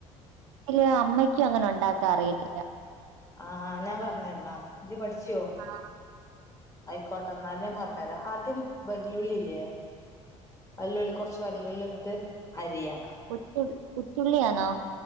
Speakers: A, on the right; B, on the left.
A: ല്ല അമ്മയ്ക്കും അങ്ങനെ ഒണ്ടാക്കാൻ അറിയത്തില്ല.
B: ആഹ് ഞാൻ പറഞ്ഞരണോ ജ്ജ് പഠിച്ചോ?
A: ആഹ്.
B: ആയിക്കോട്ടെ എന്നാൽ പറഞ്ഞരാ ആദ്യം വെല്ല്യുള്ളില്ലേ? വല്ലുള്ളി കൊറച്ച് വല്ലുള്ളി എടുത്ത് അരിയാ
A: ഉത്തുൾ ഉത്തുള്ളിയണോ?